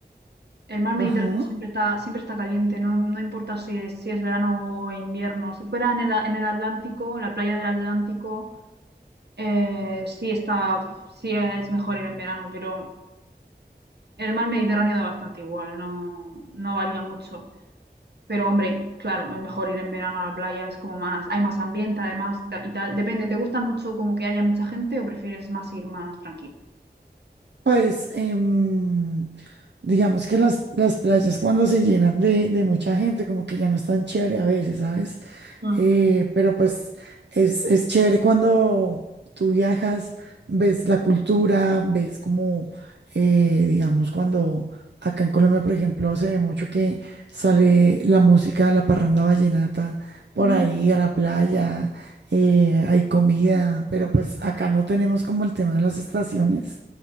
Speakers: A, on the right; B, on the right.
A: El mar Mediterráneo
B: ajá,
A: siempre está, siempre está caliente, no, no importa si es, si es verano o invierno. Si fuera en el, en el Atlántico, la playa del Atlántico, eh, sí está, sí es mejor ir en verano, pero el mar Mediterráneo da bastante igual, no, no varía mucho. Pero hombre, claro, es mejor ir en verano a la playa, es como más, hay más ambiente además ta- y tal. Depende, ¿te gusta mucho como que haya mucha gente o prefieres más ir más tranquilo?
B: Pues em, digamos que las, las playas cuando se llenan de, de mucha gente, como que ya no es tan chévere a veces, ¿sabes?
A: Mm.
B: Eh, pero pues es, es chévere cuando tú viajas, ves la cultura, ves como, eh, digamos, cuando acá en Colombia, por ejemplo, se ve mucho que sale la música, la parranda vallenata, por
A: Mm,
B: ahí a la playa, eh, hay comida, pero pues acá no tenemos como el tema de las estaciones.